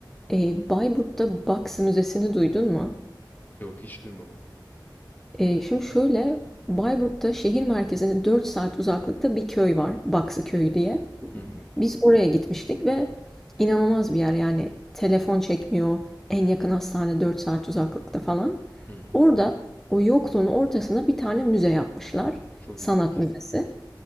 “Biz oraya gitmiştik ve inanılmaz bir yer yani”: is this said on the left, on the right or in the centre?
Centre